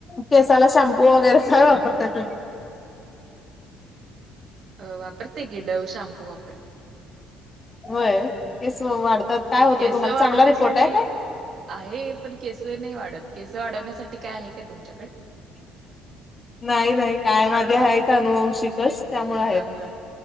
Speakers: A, on the left; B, on the right.
A: केसाला शॅम्पू वगैरे काय वापरताय तुम्ही.
B: अ वापरते की डव शॅम्पू वापरते.
A: होय
B: हम्म.
A: केस वाढतात काय होतय
B: केस
A: तुम्हाला
B: वाढवण्यासाठी
A: चांगला रिपोर्ट आहे काय
B: आहे पण केस नाही वाढत केस वाढवण्यासाठी काय आहे का तुमच्याकड
A: नाही नाही काय माझे आहेत अनुवंशिकच त्यामुळे आहेत
B: हा हा